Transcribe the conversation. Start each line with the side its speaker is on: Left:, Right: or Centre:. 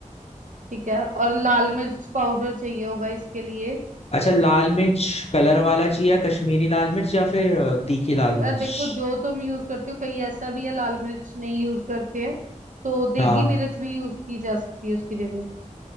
Right: ठीक है और लाल मिर्च पाउडर चाहिए होगा इसके लिए
Left: अच्छा लाल मिर्च कलर वाला चाहिए कश्मीरी लाल मिर्च या फिर अ, तीखी लाल मिर्च
Right: यार देखो जो तुम यूज करते हो कहीं ऐसा भी है लाल मिर्च नहीं यूज करते हैं तो देगी
Left: हाँ
Right: मिर्च भी यूज की जा सकती है उसकी जगह